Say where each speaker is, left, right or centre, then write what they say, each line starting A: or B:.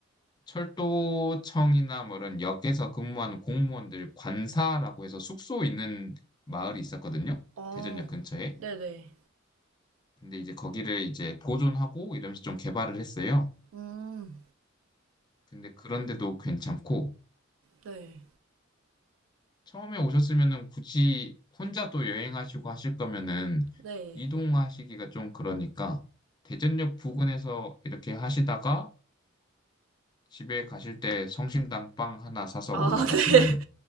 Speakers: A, on the left (about 20°); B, on the right (about 85°).
A: 철도청이나 뭐 이런 역에서 근무하는 공무원들 관사라고 해서 숙소 있는 마을이 있었거든요.
B: 어,
A: 대전역 근처에.
B: 네네.
A: 근데 이제 거기를 이제 보존하고 이러면서 좀 개발을 했어요.
B: 음,
A: 근데 그런데도 괜찮고
B: 네.
A: 처음에 오셨으면은 굳이 혼자 또 여행하시고 하실 거면은
B: 네.
A: 이동하시기가 좀 그러니까 대전역 부근에서 이렇게 하시다가 집에 가실 때 성심당 빵 하나 사서
B: 아,
A: 올라가시면
B: <laughs>